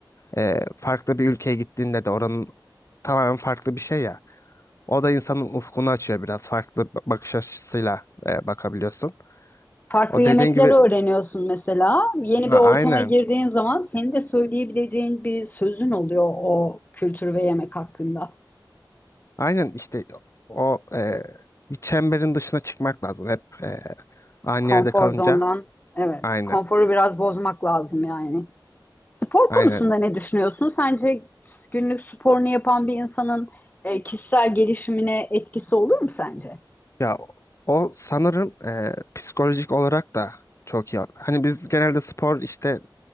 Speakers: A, on the left; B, on the left.
A: E, farklı bir ülkeye gittiğinde de oranın tamamen farklı bir şey ya. O da insanın ufkunu açıyor biraz farklı bakış açısıyla e, bakabiliyorsun.
B: farklı
A: O
B: yemekler
A: dediğin gibi
B: öğreniyorsun mesela. Yeni
A: ha,
B: bir ortama
A: aynen.
B: girdiğin zaman senin de söyleyebileceğin bir sözün oluyor o kültür ve yemek hakkında.
A: Aynen işte o e, bir çemberin dışına çıkmak lazım hep e, aynı
B: Konfor
A: yerde kalınca.
B: zondan. Evet.
A: Aynen,
B: Konforu biraz bozmak lazım yani. Spor
A: aynen.
B: konusunda ne düşünüyorsun? Sence günlük sporunu yapan bir insanın e, kişisel gelişimine etkisi olur mu sence?
A: Ya o o sanırım e, psikolojik olarak da çok iyi. Hani biz genelde spor işte